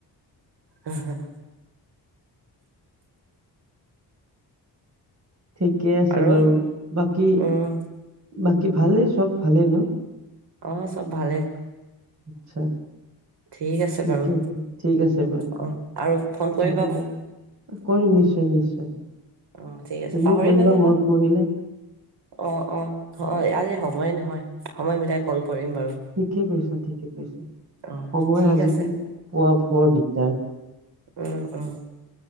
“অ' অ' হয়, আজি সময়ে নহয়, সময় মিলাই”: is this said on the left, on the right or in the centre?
Right